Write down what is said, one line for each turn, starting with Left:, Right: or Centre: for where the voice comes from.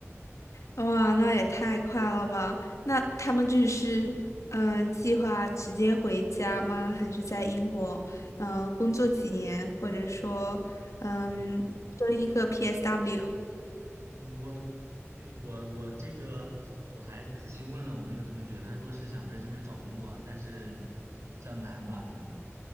Left: 哇，那也太快了吧！那他们就是嗯，计划直接回家吗？还是在英国嗯工作几年，或者说嗯争一个
Right: 对，
Left: PSW？
Right: 嗯，我对我我这个我还仔细问了我那个同学，他说是想在这边找工作，但是也比较难吧，可能，